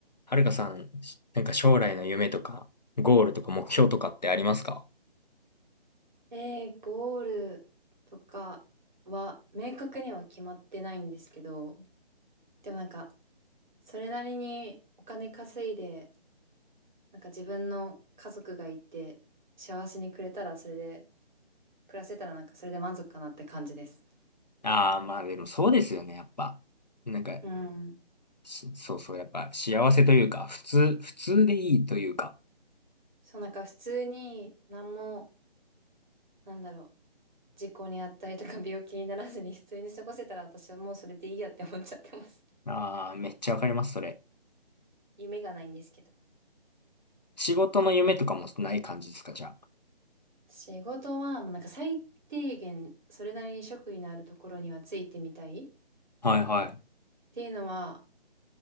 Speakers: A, on the left (about 45°); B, on the right (about 45°).
A: はるかさん、なんか将来の夢とか、ゴールとか目標とかってありますか
B: えー、ゴールとかは明確には決まってないんですけど、でもなんか、それなりにお金稼いで、なんか自分の家族がいて、幸せにくれたらそれで、暮らせたらなんかそれで満足かなって感じです。
A: ああー、まあでもそうですよね、やっぱ。なんか、
B: うん。
A: しそうそう、やっぱ幸せというか、普通、普通でいいというか。
B: そうなんか普通に何も、なんだろう、事故にあったりとか病気にならずに普通に過ごせたら私はもうそれでいいやって思っちゃってます。
A: ああ、めっちゃわかります、それ。
B: 夢がないんですけど。
A: 仕事の夢とかもない感じですか、じゃ
B: 仕事は、まあ、なんか最低限、それなりに職位のあるところにはついてみたいっ
A: あ。はいはい。
B: ていうのは